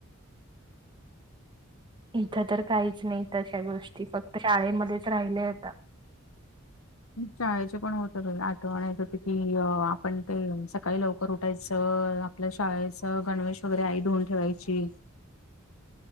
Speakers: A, on the right; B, on the left.
A: इथं तर काहीच नाही तशा गोष्टी फक्त शाळेमध्येच राहिल्या आहे आता.
B: शाळेचे पण होते बाई आठवण येते किती आपण ते सकाळी लवकर उठायचं आपल्या शाळेच गणवेश वगैरे आई धुऊन ठेवायची
A: <inaudible>